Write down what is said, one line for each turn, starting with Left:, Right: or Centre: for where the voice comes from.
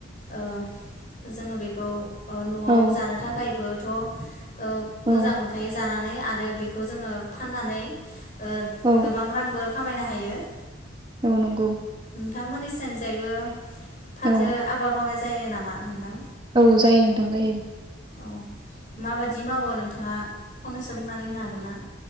Left: ओ जोङो बेखौ ओ न'आव
Right: औ
Left: जानो थाखायबो थ' ओ मोजां
Right: औ
Left: मोनखायो जानानै आरो बेखौ जोङो फाननानै ओ
Right: औ
Left: गोबां रांबो खामायनो हायो। हायो
Right: औ नंगौ
Left: नोंथांमोननिसिं जायबो फाथो
Right: औ
Left: आबाद मावनाय जा जायो नामा नोंथां?
Right: औ जायो नोंथां जायो।
Left: औ माबादि मावो नोंथाङा फंनैसो बुंनानै होनो हागोन ना?